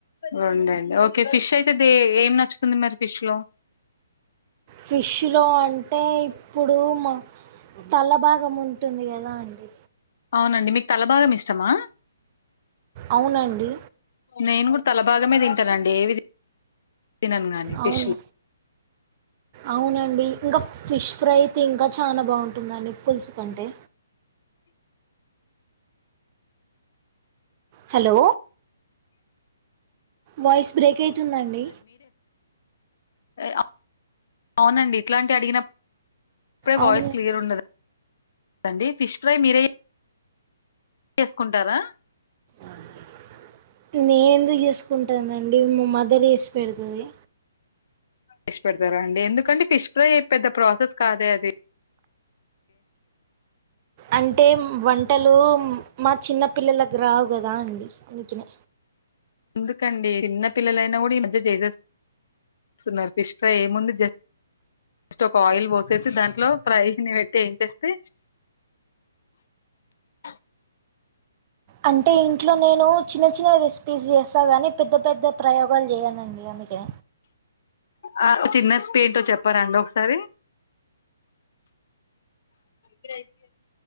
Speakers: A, on the left; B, on the right.
A: రొండండి ఓకే ఫిష్ అయితే దే ఏం నచ్చుతుంది మరి ఫిష్ లో
B: ఫిష్ లో అంటే ఇప్పుడు మా తల్ల భాగం ఉంటుంది కదా అండి
A: అవునండి మీకు తలభాగం ఇష్టమా
B: అవునండి
A: నేను కూడా తలభాగమే తింటానండి ఏవి తినను గాని ఫిష్
B: అవును అవునండి ఇంకా ఫిష్ ఫ్రై తే ఇంకా చాలా బాగుంటుందండి పులుసు కంటే హలో వాయిస్ బ్రేక్ అయితుందండి
A: ఏ ఆ అవునండి ఇట్లాంటి అడిగినప్పు ప్పుడే
B: అవును
A: వాయిస్ క్లియర్ ఉండదు దండి ఫిష్ ఫ్రై మీరే చేసుకుంటారా
B: అ బస్ నేను ఎందుకు చేసుకుంటానండి మా మదర్ చేసి పెడుతది
A: చేస్ పెడతారా అండి ఎందుకు ఎందుకండి ఫిష్ ఫ్రై పెద్ద ప్రాసెస్ కాదే అది
B: అంటే వంటలు మా చిన్న పిల్లలకి రావు కదా అండి అందుకనే
A: ఎందుకండి చిన్న పిల్లలైనా కూడా ఈ మధ్య చేసేస్తున్నారు ఫిష్ ఫ్రై ఏముంది జ స్ట్ ఒక ఆయిల్ పోసేసి దాంట్లో ఫ్రై ని పెట్టి ఎన్చేస్తే ఆ
B: అంటే ఇంట్లో నేను చిన్న చిన్న రెసిపీస్ చేస్తాను ని పెద్ద పెద్ద ప్రయోగాలు చేయనండి అందుకే
A: ఆ చిన్న స్పయింటో చెప్పారాండి ఒకసారి గ్రజట్